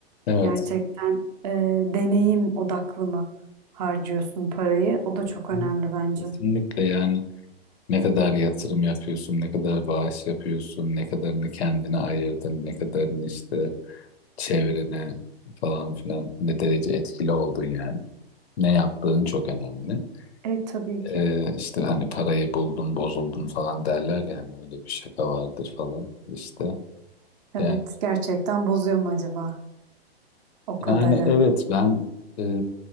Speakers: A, on the left (about 80°); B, on the right (about 40°).
A: Evet.
B: gerçekten e, deneyim odaklı mı harcıyorsun parayı? O da
A: Kesin-
B: çok önemli bence.
A: Kesinlikle yani ne kadar yatırım yapıyorsun, ne kadar bağış yapıyorsun, ne kadarını kendine ayırdın, ne kadarını işte çevrene falan filan ne derece etkili oldun yani. Ne yaptığın çok önemli.
B: E tabii
A: Ee,
B: ki.
A: işte hani parayı buldun bozuldun falan derler ya hani öyle bir şaka vardır falan işte.
B: Evet,
A: Ya,
B: gerçekten bozuyor mu acaba o kadarı?
A: yani evet ben e,